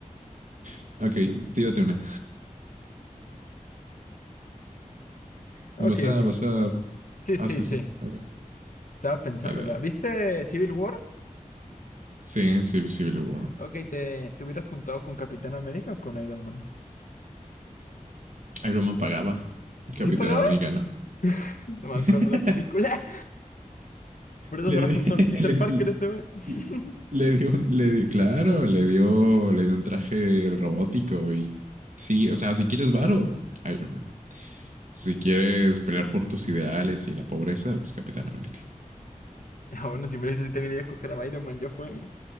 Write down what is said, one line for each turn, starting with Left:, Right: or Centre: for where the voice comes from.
Right: <laughs> ok, tírate una.
Left: Ok,
Right: Vas a,
Left: ok.
Right: vas a.
Left: Sí,
Right: Ah,
Left: sí,
Right: sí,
Left: sí.
Right: sí. Ok.
Left: Estaba pensándola.
Right: Dale, dale.
Left: ¿Viste Civil War?
Right: Sí, sí, Civil War.
Left: Ok, ¿te, te hubieras juntado con Capitán América o con Iron Man?
Right: Iron Man pagaba. Capitán
Left: ¿Sí pagaba?
Right: americano.
Left: <laughs> No me
Right: <laughs>
Left: acuerdo la película. <laughs> Por eso
Right: Le,
Left: se habrá
Right: di-
Left: juntado
Right: <laughs>
Left: al Peter
Right: le, le,
Left: Parker ese, güey. <laughs>
Right: le dio, un- le dio, claro, le dio, le dio un traje robótico y sí, o sea, si quieres varo, Iron Man. Si quieres pelear por tus ideales y la pobreza, pues Capitán América.
Left: Ah bueno, si me lo dices, sí también iba a coger a Iron Man. Ya fue.